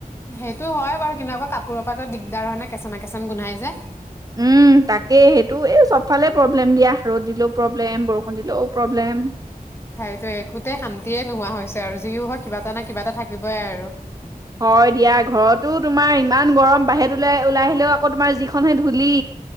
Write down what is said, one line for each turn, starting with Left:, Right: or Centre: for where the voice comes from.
Left: সেইটো হয় বাৰু কিন্তু কাপোৰৰ পৰা দিগদাৰ হয় নে, কেঁচামা কেঁচামা গোন্ধাই যে
Right: উম, তাকে সেইটো সেইটো এই চবফালে প্ৰব্লেম দিয়া, ৰদ দিলেও প্ৰব্লেম, বৰষুণ দিলেও প্ৰব্লেম
Left: সেইটো একোতে শান্তিয়ে নোহোৱা হৈছে আৰু যি হত কিবা এটা নহয়, কিবা এটা থাকে। থাকিবই আৰু
Right: হয় দিয়া ঘৰতো তোমাৰ ইমান গৰম, বাহিৰত ওলাই‌ ওলাই আহিলেও আকৌ তোমাৰ যিখনহে ধূলি